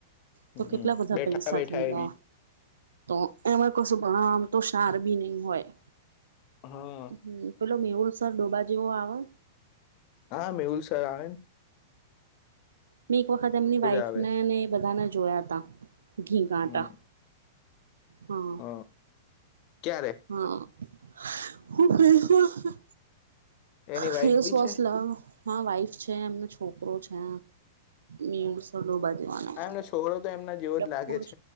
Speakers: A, on the right; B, on the left.
A: તો
B: હમ
A: કેટલા બધા
B: બેઠા
A: પૈસા
B: બેઠા
A: થઈ
B: એ
A: ગયા
B: બી
A: તો એમાં કશું ભણવા તો સાર બી નહી હોય.
B: હા
A: હમ્મ પેલો મીહુલ સર ડોબા જેવો આવે
B: હા મેહુલ સર આ રહે હે.
A: મે એક વખત એમની વાઈફને
B: આવે
A: એ બધાના જોયા તા ઘી ઘાંટા
B: હમ
A: હા!
B: હ ક્યારે
A: હા! <inaudible> હું
B: એની
A: ફેસ
B: વાઈફ બી
A: વોશ
B: છે
A: લાવો હા વાઈફ છે. એમનો છોકરો છે. મેહુલ સર ડોબા જે <inaudible>
B: આ એમનો છોકરો તો એમના જેવો જ
A: ડફોળ
B: લાગે
A: છે.